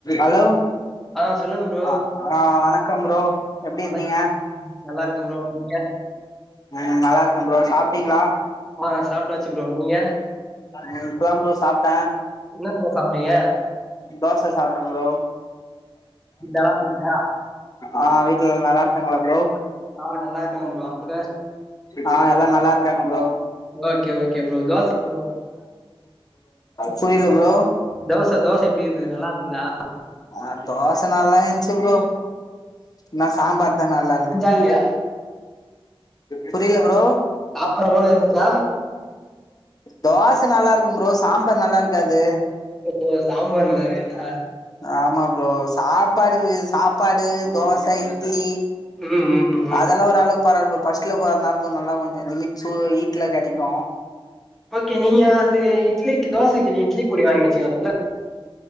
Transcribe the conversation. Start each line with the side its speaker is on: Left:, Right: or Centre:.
Left: அலோ
Centre: ஆ சொல்லுங்க ப்ரோ.
Left: அ ஆ வணக்கம் ப்ரோ எப்டிருக்கீங்க
Centre: வணக் நல்லா இருக்கேன் ப்ரோ. நீங்க?
Left: ம் நல்லாருக்கே ப்ரோ சாப்ட்டீங்ளா
Centre: ஆ சாப்டாச்சு ப்ரோ நீங்க
Left: ம் இப்ப தா ப்ரோ சாப்ட்டே
Centre: இன்ன ப்ரோ சாப்ட்டீங்க
Left: தோச சாப்ட்டே ப்ரோ
Centre: நல்லா இருந்துச்சா?
Left: ஆ வீட்ல எல்லா நல்லாருக்காங்ளா ப்ரோ
Centre: ஆ நல்லா இருக்கேன் ப்ரோ. அங்க?
Left: ஆ எல்லா நல்லாருக்காங்க bro
Centre: okay okay bro dosa <inaudible>
Left: புரில ப்ரோ
Centre: தோச தோச எப்டி இருந்துது நல்லாருந்துதா
Left: ஆ தோச நல்லா இந்ச்சி ப்ரோ ன்ன சாம்பார் தா நல்லால்ல
Centre: ஐயே
Left: புரில ப்ரோ
Centre: சாப்பற போல இருந்துச்சா
Left: தோச நல்லாருக்கு ப்ரோ சாம்பார் நல்லாருக்காது
Centre: ஓ சாம்பார் நல்லார்க்காதா
Left: ஆமா ப்ரோ சாப்பாடு சாப்பாடு, தோச, இட்லி
Centre: ம் ம் ம்.
Left: இதல்லா ஓரளவுக் பராவ்ல ப்ரோ ஃபஸ்ட்ல வரனால கொஞ் நல்லா கொஞ்சோ லிமிட் சு ஈட்ல கெடைக்கு
Centre: ஓகே நீங்க அது இட்லிக்கு தோசைக்கு இட்லி பொடி வாங்கி வச்சிக்கலா இல்ல